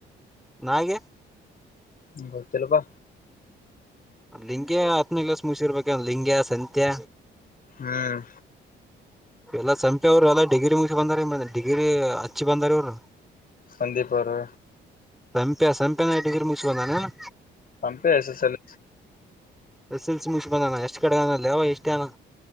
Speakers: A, in the centre; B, on the left.
A: ನಾಯಗೆ
B: ಹ್ಮ ಗೊತ್ತಿಲ್ಲ ಬಾ.
A: ಲಿಂಗ್ಯ ಹತ್ತನೇ ಕ್ಲಾಸ್ ಮುಗಸರ್ಬೇಕ ಏನ್ ಲಿಂಗ್ಯ ಸಂತ್ಯ.
B: ಹ್ಮ್
A: ಎಲ್ಲಾ ಸಂಪಿ ಅವ್ರ ಎಲ್ಲಾ ಡಿಗ್ರಿ ಮುಗಸಿ ಬಂದಾರ ಡಿಗ್ರಿ ಹಚ್ಚಿ ಬಂದಾರ ಇವ್ರು.
B: ಸಂದಿಪೊರ
A: ಸಂಪ್ಯ ಸಂಪ್ಯಾನ ಡಿಗ್ರಿ ಮುಗಿಸಿ ಬಂದಾನ ಏನ್.
B: ಪಂಪೆ ಎಸ್ ಎಸ್ ಎಲ್
A: ಎಸ್ಸೆಲ್ಸಿ ಮುಗ್ಸಿ ಬಂದಾನ ಎಷ್ಟ್ ಕಡೆಗ ಅದಾನ್ಲೆ ಅವ ಇಷ್ಟೇ ಹನಾ.